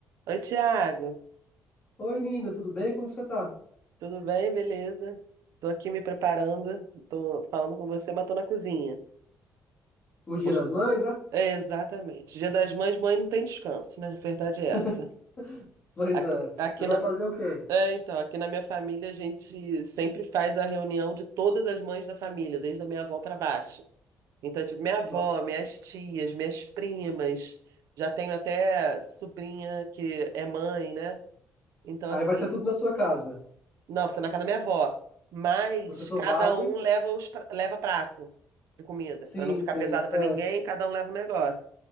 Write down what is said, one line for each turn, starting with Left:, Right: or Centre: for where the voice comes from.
Right: Oi, Tiago,
Left: Oi, Nina, tudo bem? Como que você tá?
Right: tudo bem? Beleza? Tô aqui me preparando, tô falando com você, mas tô na cozinha.
Left: O Dia
Right: Por-
Left: das Mães, ah?
Right: É, exatamente. Dia das Mães, mãe não tem descanso, né? Verdade é
Left: <laughs>
Right: essa.
Left: Pois
Right: Aqui,
Left: é.
Right: aqui
Left: Você vai
Right: na,
Left: fazer o quê?
Right: é, então, aqui na minha família a gente sempre faz a reunião de todas as mães da família, desde a minha avó pra baixo. Então, tipo, minha avó,
Left: Nossa.
Right: minhas tias, minhas primas, já tenho até sobrinha que é mãe, né? Então,
Left: Aí
Right: assim,
Left: vai ser tudo na sua casa.
Right: Não, você ir na casa da minha avó. Mas
Left: Você só
Right: cada
Left: vai.
Right: um leva os pra- leva prato de comida,
Left: Sim,
Right: Pra não ficar
Left: sim.
Right: pesada pra
Left: É.
Right: ninguém, cada um leva um negócio.